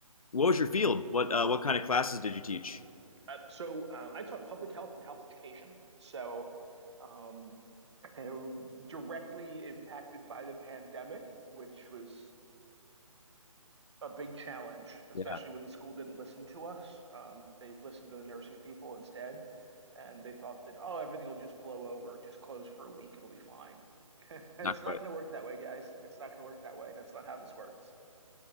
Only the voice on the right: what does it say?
Uh, so uh, I taught public health and health education. So um uh, directly impacted by the pandemic, which was a big challenge, especially
when the school didn't listen to us. Um, they listened to the nursing people instead, and they thought that, oh, everything will just blow over, just close for a week, it'll be fine. <laughs> It's
not
going to work that way, guys. It's not going to work that way. That's not how this works.